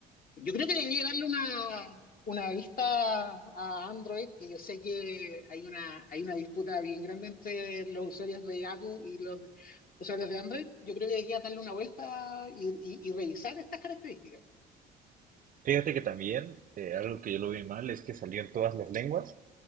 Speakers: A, on the left; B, on the right.
A: Yo creo que debería darle una, una vista a Android, que yo sé que hay una, hay una disputa bien grande entre los usuarios de Apple y los usuarios de Android. Yo creo que debería darle una vuelta y, y- y revisar estas características.
B: Fíjate que también eh, algo que yo lo vi mal es que salió en todas las lenguas,